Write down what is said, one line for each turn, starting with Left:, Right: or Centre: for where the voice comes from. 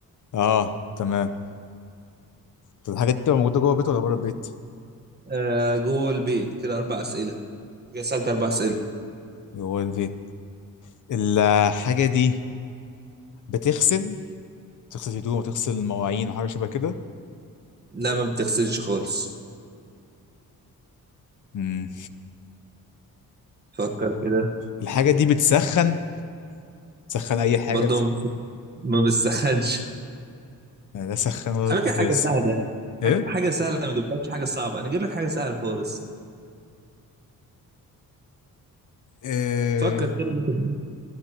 Left: اه تمام طب الحاجة دي بتبقى موجودة جوه البيت ولا بره البيت؟
Right: آه جوه البيت كده أربع أسئلة كده سألت أربع أسئلة
Left: جوه البيت الحاجة دي بتغسل تغسل هدوم وتغسل مواعين وحاجة شبه كده
Right: لا ما بتغسلش خالص
Left: مم.
Right: فكر كده
Left: الحاجة دي بتسخن تسخن أي حاجة
Right: برضو ما بت- ما بتسخنش
Left: يعني لا سخن ولا
Right: على
Left: بوتاجاز
Right: فكرة حاجة سهلة يعني
Left: إيه؟
Right: حاجة حاجة سهلة أنا ما جبتلكش حاجة صعبة أنا جايب لك حاجة سهلة خالص
Left: إيه
Right: فكر كده ممكن.